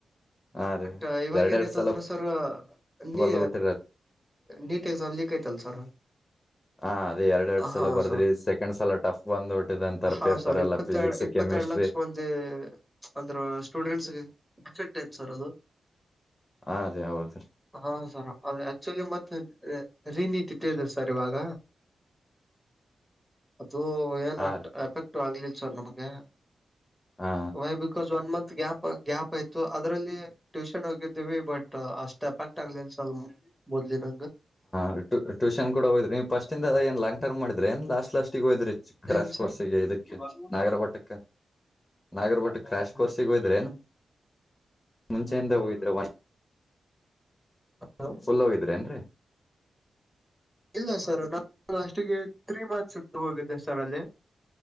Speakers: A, on the left; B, in the centre.
A: ಹಾ ರೀ
B: ಬಟ್ ಇವಾಗ
A: ಎರಡೆರಡ್
B: ಏನಯ್ತಂದ್ರೆ
A: ಸಲ
B: ಸರ್ ನೀ
A: ಬರ್ದು ಬಿಟ್ಟಿರ
B: ನೀಟ್ ಎಕ್ಸಾಮ್ ಲಿಕ್ಯಐತಲ್ಲ ಸರ್
A: ಹ ಅದ ಎರಡ್ ಎರಡ್ ಸಲ
B: ಹಾ
A: ಬರ್ದ್ರಿ
B: ಸರ್
A: ಸೆಕೆಂಡ್ ಸಲ ಟಫ್ ಬಂದ್ಬಟ್ಟ್ಂತಾರ
B: ಹಾ
A: ಪೇಪರ್
B: ಸರ್
A: ಎಲ್ಲ
B: ಇಪ್ಪತ್ತೆರಡು
A: ಫಿಸಿಕ್ಸ್ ಕೆಮಿಸ್ಟ್ರಿ
B: ಇಪ್ಪತ್ತೆರಡು ಲಕ್ಷ ಮಂದಿ ಅಂದ್ರ ಸ್ಟೂಡೆಂಟ್ಸ್ಗೆ ಎೆಕ್ಟ್ ಯತ್ ಸರ್ ಅದು
A: ಹಾದೀ ಹೌದೀ
B: ಹಾ ಸರ್ ಅ ಆಕ್ಚುಲಿ ಮತ್ತೆ ರೀನಿತಿ ತಿ ಸರ್ ಇವಾಗ ಅದು ಏನ್
A: ಹಾ ರೀ
B: ಎಫೆಕ್ಟ್ ಆಗ್ಲಿಲ್ಲ ಸರ್ ನಮಗೆ
A: ಹಾ
B: why because one month gap gap ಆಯ್ತು ಅದ್ರಲ್ಲಿ ಟ್ಯೂಷನ್ ಹೋಗಿದ್ದೀವಿ ಬಟ್ ಆ ಸ್ಟೆಪ್ ಆ ಇಟ್ಟಾಗಗ್ಲ ಸಲ್ ಮೊದಲಿನ
A: ಹಟ ಟೂಷನ್ೂಡ ಹೋದ್ರ ನೀ ಫಸ್ಟ್ಂದಿಂದ ಏನ್ ಲಾಂಗ್ ಟರ್್ ಮಾಡಿದ್ರ ನ್ ಲಸ್ಟ್ ಲಾಸ್ಟಿಗೆ ಹೋದ್ರಿ ಕ್ರಾಶ್
B: ಏನ್
A: ಕೋರ್ಸ್ಗೆ
B: ಸರ್
A: ಇದಕ್ಕೆ ನಾಗರಭಟಕ್ಕೆ ನಾಗರಭಟ ಕ್ರಾಶ್ ಕೋರ್ಸಗ ಹೋಯದ್ರೆ ಮುಂಚೆಯಿಂದ ಹೋಗಿದ್ರೆ
B: ಸರ್
A: ಫುಲ್ ಹೋಗಿದ್ರ ಏನ್ರರಿ
B: ಇಲ್ಲ ಸರ್ ನಾನ ಲಾಸ್ಟಿಗೆ ತ್ರೀ ಮಂತ್ಸ್ ಹೋಗಿದ್ದೆ ಸರ್ ಅಲ್ಲಿ